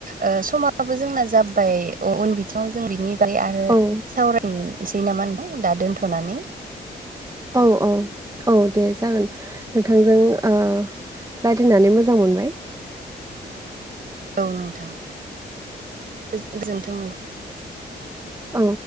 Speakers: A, on the right; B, on the right.
A: ओ समाबो जोंना जाब्बाय उन बिथिङाव जों बिनि ओमफ्राय आरो
B: औ
A: सावरायनोसै नामा होनदों दा दोनथ'नानै।
B: औ औ औ दे जागोन नोंथांजों ओ रायज्लायनानै मोजां मोनबाय।
A: औ नोंथां गोजोनथों नों
B: औ।